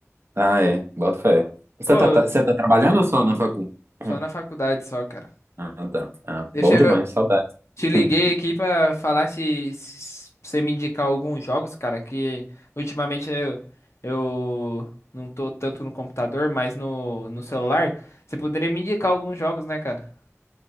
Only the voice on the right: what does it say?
Ah, é. Bota fé. Você
tá, tá- você tá trabalhando ou só na facu? <clears throat>
Hum.
Ah, tá. Ah,
bom demais,
saudades.
<laughs>